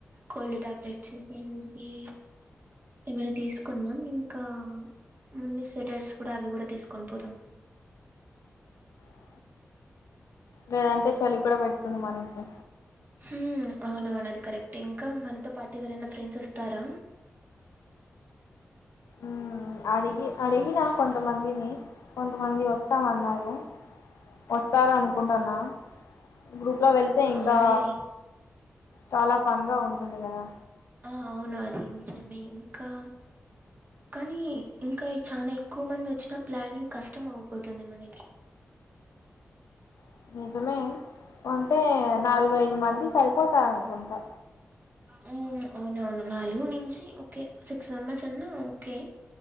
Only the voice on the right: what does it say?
కోల్డ్ ట్యాబ్లెట్స్ ఫీవర్ వీ ఏమైనా తీసుకుందాం ఇంకా అన్ని స్వెటర్స్ కూడా అవి కూడా తీసుకొని పోదాం
హ్మ్ అవునవును అది కరెక్టే ఇంకా మనతో పాటు ఎవరన్నా ఫ్రెండ్స్ వస్తారా
అవునులే
ఆ అవును అది నిజమే ఇంకా కానీ ఇంకా ఈ చానా ఎక్కువ మంది వచ్చినా ప్లానింగ్ కష్టం అవ్వబోతుంది మనకి
హ్మ్ అవునవును నాలుగు నుంచి ఓకే సిక్స్ మెంబర్స్ అన్నా ఓకే